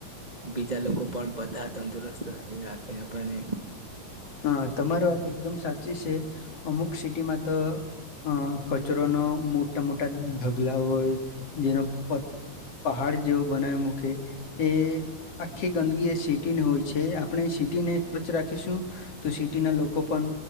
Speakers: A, on the right; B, on the left.
A: બીજા લોકો પણ બધા તંદુરસ્ત રહે આથી આપણે
B: હ તમારી વાત એકદમ સાચી છે અમુક સિટીમાં તો અ કચરો ન મોટા મોટા ઢગલા હોય જેનો પહાડ જેવો બનાવી મક ઓકે એ આખી ગંદકીી એ સિટી ને હોય છે આપણે સિટી ને સ્વચ્છ રાખીશું તો સિટીના લોકો પણ